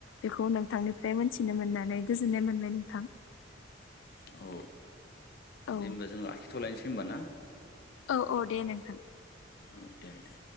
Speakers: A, on the left (about 75°); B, on the left (about 55°).
A: बेखौ नोंथांनिफ्राय मोनथिनो मोननानै गोजोन मोनबाय नोंथां
B: औ
A: औ
B: दे होमबा जों लाखिथ'लायनोसै होमबा ना
A: औ औ दे नोंथां
B: औ दे दे